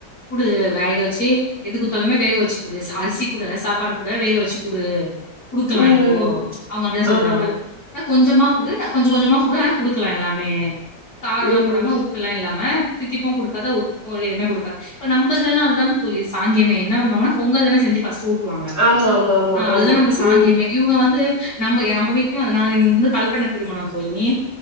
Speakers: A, on the left (about 50°); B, on the right (about 20°).
A: குடு வேக வச்சு எது கு ட்த்தாலுமே வேக வச்சு குடு அரிசி கூட சாப்பாடு கூட வேக வச்சு குடு குடுக்கலா
B: ம்
A: இப்போ
B: ம்
A: அவ்ங்க அப்டிதா சொல்றாங்க
B: ஆமா ஆமா
A: ஆனா கொஞ்சமா குடு கொஞ்சு கொஞ்சமா குடு ஆனா குடுக்கலா எல்லாமே காரோல்லா
B: ம்
A: போடாம உப் புலா இல்லாம தித்திப்பு குடுக்காத ஒத்துப்போகாத எதுமே குடுக்கா இப்ப நம்ப இதுலலா அதுதான் தோழி சாங்கியமே என்ன பண்ணுவாங்கனா பொங்கல்தான செஞ்சு ஃபஸ்ட்டு ஊட்டுவாங்க
B: ஆமா ஆமா ஆமா
A: ஆ அதுதான்
B: ஆமா
A: நம்ப சாங்கியமே
B: ம்
A: இவ்ங்க வந்து நம்ம எ நம்ம வீட்ல அது நான் என்னுது வந்து கலப்பண திருமணோ தோழி